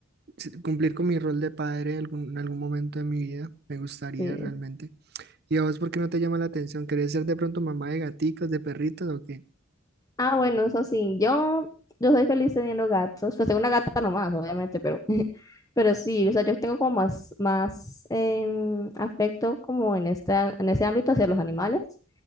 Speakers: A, on the right (about 50°); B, on the left (about 15°).
A: sí, cumplir con mi rol de padre en algún, en algún momento de mi vida, me gustaría
B: Sí.
A: realmente. ¿Y a vos por qué no te llama la atención? ¿Querés ser de pronto mamá de gaticos, de perritos o qué?
B: Ah, bueno, eso sí, yo, yo soy feliz teniendo gatos. Pues tengo una gata nomás, obviamente, pero, <laughs> pero sí, o sea, yo tengo como más, más em, afecto como en este en ese ámbito hacia los animales.